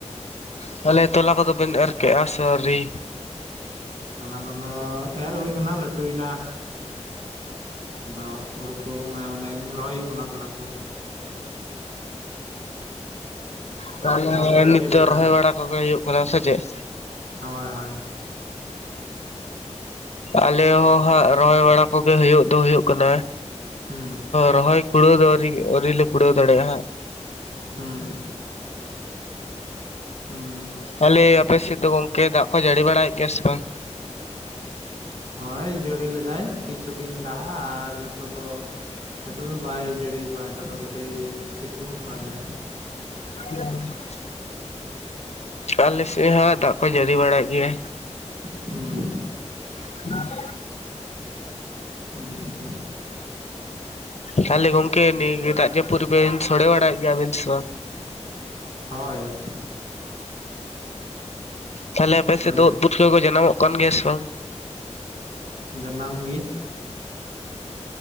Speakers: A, on the left (about 60°); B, on the right (about 70°).
A: ᱛᱟᱦᱚᱞᱮ ᱛᱚᱞᱟ ᱠᱚᱫᱚ ᱵᱮᱱ ᱮᱨ ᱠᱮᱜᱼᱟ ᱥᱮ ᱟᱣᱨᱤ?
B: ᱛᱞᱟ ᱠᱚᱫᱚ ᱮᱨ ᱦᱩᱭ ᱠᱟᱱᱟ ᱞᱟᱹᱴᱩᱭ ᱮᱱᱟ᱾ ᱟᱫᱚ ᱦᱩᱲᱩ ᱠᱚ ᱢᱟᱱᱮ ᱢᱟᱱᱮ ᱨᱚᱦᱚᱭ ᱦᱩᱭᱩᱜ ᱠᱟᱱᱟ ᱛᱞᱟ ᱠᱚ᱾
A: ᱛᱟᱦᱞᱮ
B: ᱟᱯᱮ ᱚᱱᱛᱮ
A: ᱱᱤᱛ
B: ᱪᱮᱫ
A: ᱫᱚ
B: ᱞᱮᱠᱟ
A: ᱨᱚᱦᱚᱭ ᱵᱟᱲᱟ ᱠᱚᱜᱮ ᱦᱩᱭᱩᱜ ᱠᱟᱱᱟ ᱥᱮ ᱪᱮᱫ?
B: ᱦᱳᱭ ᱦᱳᱭ᱾
A: ᱟᱞᱮ ᱦᱚᱸ ᱦᱟᱸᱜ ᱨᱚᱦᱚᱭ ᱵᱟᱲᱟ ᱠᱚᱜᱮ ᱦᱩᱭᱩᱜ ᱫᱚ ᱦᱩᱭᱩᱜ ᱠᱟᱱᱟ᱾
B: ᱦᱩᱸ
A: ᱨᱚᱦᱚᱭ ᱠᱩᱲᱟᱹᱣ ᱫᱚ ᱟᱹᱣᱨᱤ ᱟᱹᱣᱨᱤ ᱞᱮ ᱠᱩᱲᱟᱹᱣ ᱫᱟᱲᱮᱭᱟᱜᱼᱟ ᱦᱟᱸᱜ᱾
B: ᱦᱩᱸ᱾ ᱦᱩᱸ
A: ᱛᱟᱦᱞᱮ ᱟᱯᱮ ᱥᱮᱫ ᱫᱚ ᱜᱚᱝᱠᱮ ᱫᱟᱜ ᱠᱚ ᱡᱟᱹᱲᱤ ᱵᱟᱲᱟᱭᱮᱫ ᱜᱮᱭᱟ ᱥᱮ ᱵᱟᱝ?
B: ᱦᱳᱭ ᱡᱟᱹᱲᱤ ᱞᱮᱫᱟᱭ ᱠᱤᱪᱷᱩ ᱫᱤᱱ ᱞᱟᱦᱟ ᱟᱨ ᱱᱤᱛᱚᱜ ᱫᱚ, ᱱᱤᱛᱚᱜ ᱫᱚ ᱵᱟᱭ ᱡᱟᱹᱲᱤ ᱟᱠᱟᱜ-ᱟ ᱱᱤᱛᱚᱜ ᱫᱚ ᱠᱟᱹᱴᱤᱡ ᱥᱤᱛᱩᱝ ᱵᱟᱭᱫᱟᱭ᱾
A: <unintelligible> ᱟᱞᱮ ᱥᱮᱫ ᱦᱚᱸ ᱫᱟᱜ ᱠᱚ ᱡᱟᱹᱲᱤ ᱵᱟᱲᱟᱭ ᱮᱫ ᱜᱤᱭᱟ᱾
B: ᱦᱩᱸ
A: <unintelligible>
B: ᱩᱸ ᱟᱪᱪᱷᱟ᱾
A: ᱛᱟᱦᱚᱞᱮ ᱜᱚᱝᱠᱮ ᱱᱤᱭᱟᱹ ᱫᱟᱜ ᱡᱟᱯᱩᱫᱨᱮ ᱵᱤᱱ ᱥᱳᱲᱮ ᱵᱟᱲᱟᱭᱮᱫ ᱜᱮᱭᱟᱵᱤᱱ ᱥᱮ ᱵᱟᱝ?
B: ᱦᱳᱭ᱾
A: ᱛᱟᱦᱞᱮ ᱟᱯᱮ
B: ᱥᱚᱲᱮ
A: ᱥᱮᱫ ᱫᱚ ᱩᱫ
B: ᱜᱮ
A: ᱯᱩᱴᱠᱟᱹ ᱠᱚ ᱡᱟᱱᱟᱢᱚᱜ ᱠᱟᱱ ᱜᱮᱭᱟ ᱥᱮ ᱵᱟᱝ?
B: ᱡᱟᱱᱟᱢ ᱜᱤ᱾